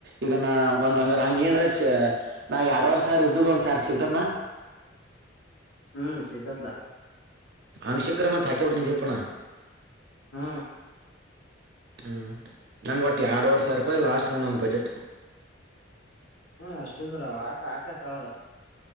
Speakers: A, on the right (about 60°); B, on the left (about 80°).
A: ಈಗ ನ ಒಂದ್ ಹಂಗ ಹಂಗ ಏನ್ರ ನಾ ಎಡವರೆ ಸರ ಇದ್ದದು ಒಂದ ಸಾರ ಸಿಗ್ತತ್ನಾ
B: ಹ್ಮ್ ಸಿಗೆತ್ಲ
A: ಆಂಕ್ಷ್ಯ ಕ್ರಮತ್ ಹಾಕಿಬಡ್ತನ ಜಪ್ಪಣ
B: ಹ್ಮ
A: ಹ್ಮ್ ನಂಗ್ ಒಟ್ಟು ಎರಡ್ುವರೆ ಸಾವಿರ ರೂಪಾಯಿ ಲಾಸ್ಟ್ ನೋೊಂದ ಬಜೆಟ್
B: ಹ್ಮ್ ಅಷ್ಟಿದ್ರ ಆಕ ಆಕ ತಳ